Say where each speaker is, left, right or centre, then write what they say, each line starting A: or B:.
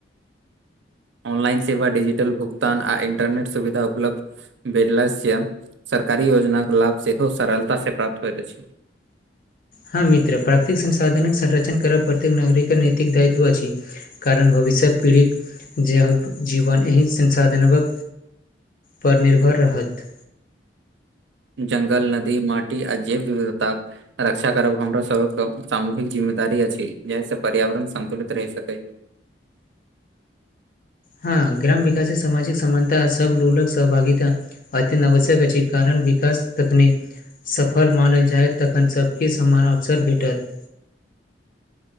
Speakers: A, on the right; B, on the left.
A: ऑनलाइन सेवा डिजिटल भुगतान आ इन्टरनेट सुविधा उपलब्ध <unintelligible> सरकारी योजनाक लाभ सेहो सरलतासँ प्राप्त होइत अछि
B: हँ मित्र प्राकृतिक संसाधनक संरक्षण करब प्रत्येक नागरिक नैतिक दायित्व अछि कारण भविष्य पीढ़ी जेहम जीवन एहि संसाधनक पर निर्भर रहत
A: जंगल नदी माटी अ जैव विविधता रक्षा करब हमरो सब सामूहिक जिम्मेदारी अछि जहि से पर्यावरण संन्तुलित रहि सकै
B: हँ ग्राम विकास सामाजिक समानता सब लोलक सहभागिता अतिआवश्यक अछि कारण विकास तकनीक सफल मानल जायेत तखन सबके समान अवसर भेटत